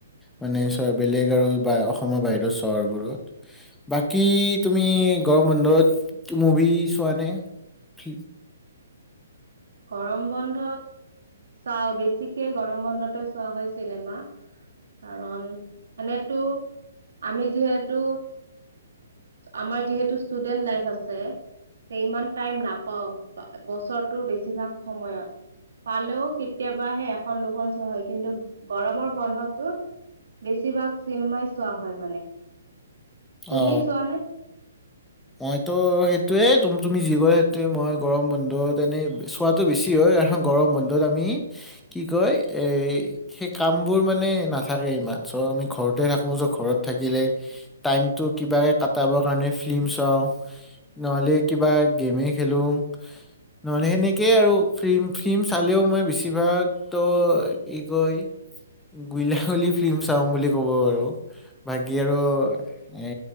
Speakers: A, in the centre; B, on the right.
A: মানে চ বেলেগ আৰু অসমৰ বাহিৰৰ চহৰবোৰত বাকী তুমি গ়ৰম বন্ধত মভি চোৱা নে ঠিক
B: গৰম বন্ধত চাওঁ বেছিকে গৰম বন্ধতে চোৱা হয় চিনেমা কাৰণ এনেতো আমি যিহেতু আমাৰ যিহেতু ষ্টুডেন্ট লাইফ আছে ইমান টাইম নাপাও বছৰটোৰ বেছি বেছিভাগ সময়ত পালেও কেতিয়াবাহে এখন দুখন চোৱা হয় কিন্তু গৰমৰ বন্ধতত বেছিভাগ চিনেমাই চোৱা হয় মানে তুমি
A: অ
B: চোৱানে
A: মইতো সেই সেইটোৱে তুম তুমি যি কয় সেইটোোৱে মই গৰম বন্ধত এনেই চোৱাটো বেছি হয় কাৰণ গৰম বন্ধত আমি কি কয় এ সেই কামবোৰ মানে নাথাকে ইমান চ' আমি ঘৰতে থাকো চ ঘৰত থাকিলে টাইমটো কিবাকে কটাবৰ কাৰণে ফিল্ম চাওঁ নহ'লে কিবা গেমে খেলো নহ'লে সেনেকেই আৰু ফিল্ম ফিল্ম চালেও মই বেছিভাগতো কি কয় গুলঙলী ফিল্ম চাওঁ বুলি ক'ব পাৰো বাকী আৰু এ